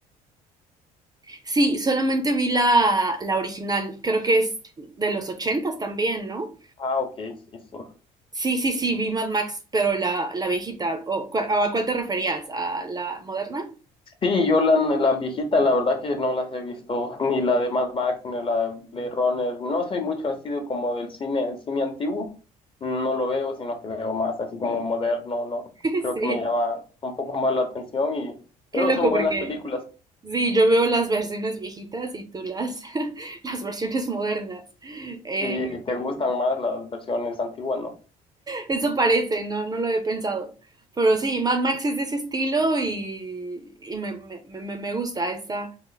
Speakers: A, on the right (about 25°); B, on the left (about 30°).
A: Sí, solamente vi la, la original, creo que es de los ochentas también, ¿no?
B: Ah, ok, sí, sí.
A: Sí, sí, sí, vi Mad Max, pero la, la viejita. ¿O cua- a cuál te referías? ¿A la moderna?
B: Sí, yo la, la viejita, la verdad que no las he visto, <laughs> ni la de Mad Max, ni la de Blade Runner. No soy mucho así de como del cine, el cine antiguo, no lo veo, sino que veo más así como moderno, ¿no?
A: <laughs>
B: Creo
A: Sí,
B: que me llama un poco más la atención y...
A: qué
B: Pero
A: loco
B: son buenas
A: porque...
B: películas,
A: Sí, yo veo las versiones viejitas y tú las, <laughs> las versiones modernas. Eh,
B: si te gustan más las versiones antiguas, ¿no?
A: Eso parece, no, no lo he pensado. Pero sí, Mad Max es de ese estilo y, y me, me, me, me gusta, está,